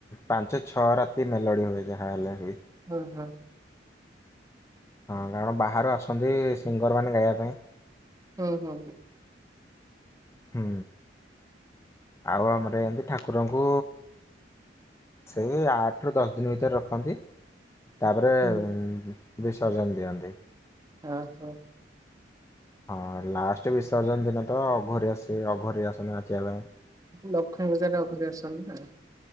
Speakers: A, on the left (about 15°); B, on the right (about 20°).
A: ପାଞ୍ଚ ଛଅ ରାତି ମେଲୋଡି ହୁଏ। ଯାହା ହେଲେ ବି।
B: ହଁ ହଁ
A: ହଁ କାରଣ ବାହାରୁ ଆସନ୍ତି ସିଙ୍ଗର ମାନେ ଗାଇବା ପାଇଁ
B: ହୁଁ ହୁଁ।
A: ହୁଁ। ଆଉ ଆମର ଏମତି ଠାକୁରଙ୍କୁ ସେଇ ଆଠ ଆଠ ରୁ ଦଶ ଦିନ ଭିତରେ ରଖନ୍ତି। ତାପରେ
B: ହୁଁ।
A: ଉ ବିସର୍ଜନ ଦିଅନ୍ତି ‌।
B: ହ ହୋ।
A: ହଁ ଲାଷ୍ଟ ବିସର୍ଜନ ଦିନ ତ ଅଘରି ଆସେ ଅଘରି ଆସନି ନାଚିବା ପାଇଁ।
B: ଲକ୍ଷ୍ମୀ ପୂଜାର ରେ ଅଘରି ଆସଛନ୍ତି ନା।